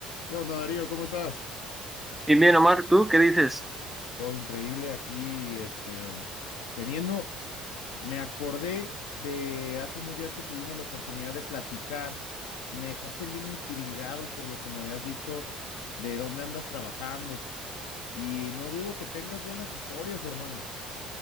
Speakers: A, on the left; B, in the centre.
A: ¿Qué onda, Darío? ¿Cómo estás?
B: Y bien, Omar, ¿tú qué dices?
A: Todo increíble aquí, este, teniendo, me acordé de hace unos días que tuvimos la oportunidad de platicar. Me dejaste bien intrigado por lo que me habías dicho de dónde andas trabajando y no dudo que tengas buenas historias, hermano.